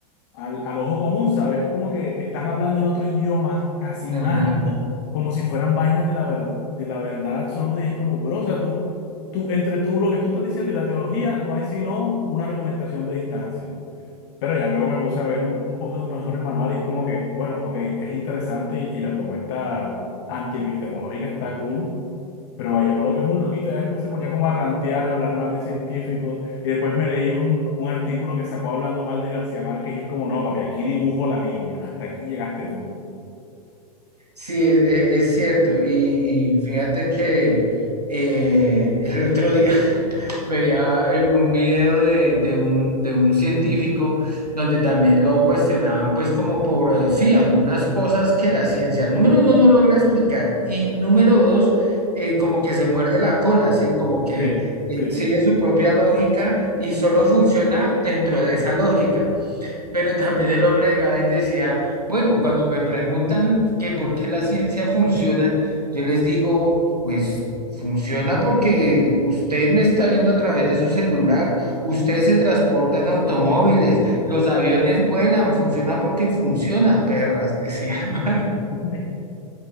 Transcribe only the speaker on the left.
al, al ojo común, ¿sabes? Es como que están hablando en otro idioma casi
mágico, como si fueran vainas de la, ver- de la verdad absoluta y es como, bro, o sea, tú, tú, entre tú, lo que tú estás diciendo y la teología, no hay sino una argumentación de distancia. Pero ya luego me puse a ver un poco mejor el manual y es como que, bueno, ok, es interesante y, y la propuesta antiepistemológica está cool, pero Vallejo lo que es un loquito, ya después se ponía como a rantear, a hablar mal de científicos, y después me leí un, un artículo que sacó hablando mal de García Márquez, y es como, no, papi, aquí dibujo la línea, hasta aquí llegaste tú.
Sí,
sí,
sí.
<laughs>